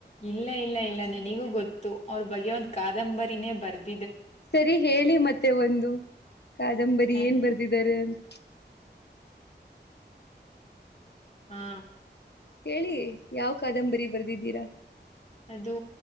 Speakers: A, on the left (about 35°); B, on the left (about 65°).
A: ಇಲ್ಲ ಇಲ್ಲ ಇಲ್ಲ ನಿನಿಗೂ ಗೊತ್ತು ಅವ್ರ ಬಗ್ಗೆ ಒಂದ್ ಕಾದಂಬರಿನೇ ಬರ್ದ
B: ಸರಿ ಹೇಳಿ ಮತ್ತೆ ಒಂದು ಕಾದಂಬರಿ
A: ಹ
B: ಏನ್ ಬರ್ದಿದ್ದಾರೆ ಅಂತ.
A: ಹಾ
B: ಹೇಳಿ ಯಾವ ಕಾದಂಬರಿ ಬರ್ದಿದ್ದೀರಾ?
A: ಅದು